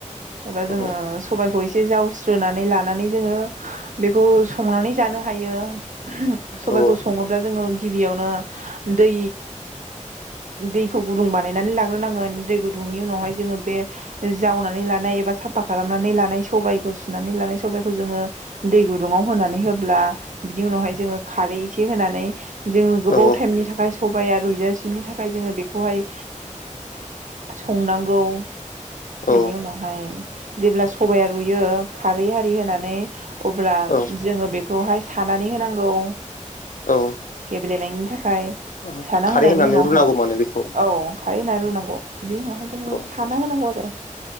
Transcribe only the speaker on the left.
औ
औ
औ
औ
औ
औ
औ
खारै
होनानै
रुनांगौ माने बेखौ
औ